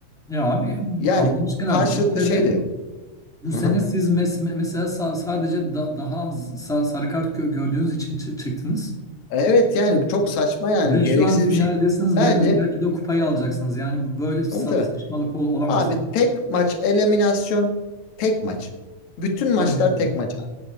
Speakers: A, in the centre; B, on the left.
A: Ya abi
B: Yani
A: Allah aşkına
B: karşılıklı
A: bu sene
B: şey de yok.
A: bu sene
B: Hı hı.
A: siz mes- mesela sa- sadece da- daha az sa- sarı kart gö- gördüğünüz için çı- çıktınız.
B: Evet yani çok saçma yani
A: Ve
B: gereksiz
A: şu an finaldesiniz
B: bir şey. Bence
A: ve belki de kupayı alacaksınız. Yani bu böyle sa-
B: tabii tabii.
A: saçmalık ol- olamaz
B: Abi
A: yani.
B: tek maç eliminasyon tek maç. Bütün
A: Aynen
B: maçlar
A: öyle.
B: tek maç.